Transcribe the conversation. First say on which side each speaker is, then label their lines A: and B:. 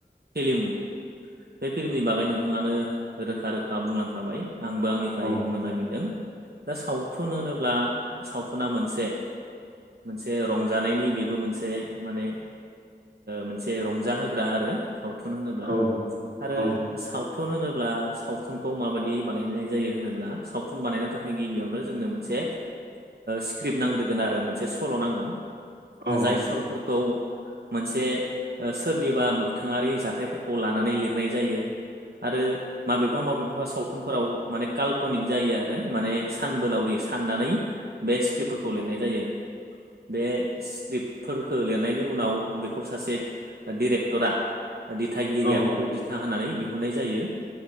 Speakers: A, on the right; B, on the right.
A: फिलिम बे फिल्मनि बागै नोंथाङानो रोखा रोखा बुंलांखाबाय आंबो आंनिफ्राय
B: औ
A: बुंनो नागिरदों दा सावथुन होनोब्ला सावथुना मोनसे मोनसे रंजानायनि बेबो मोनसे माने मोनसे रंजााहोग्रा आरो सावथुन होनोब्ला
B: औ
A: आरो
B: औ
A: सावथुन होनोब्ला सावथुनखौ माबायदि बानायनाय जायो होनोब्ला सावथुन बानायनानै थाखाय गिबियावनो जोंनो मोनसे स्क्रिप्ट नांग्रोगोन आरो मोनसे सल' नांगोन
B: औ
A: जाय सल'फोरखौ मोनसे सोरनिबा मोगथाङारि जाथायफोरखौ लानानै नानै लिरनाय जायो आरो माबेबा माबेबा सावथुनफोराव माने काल्पनिक जायो आरो माने सानबोलावरि साननानै बे स्क्रिप्टफोरखौ लिरनाय जायो बे स्क्रिप्ट फोरखौ लिरनायनि उनाव बेखौ सासे डिरेक्टरा दिथागिरिया
B: औ
A: बे खौ दिथा होनानै दिहुननाय जायो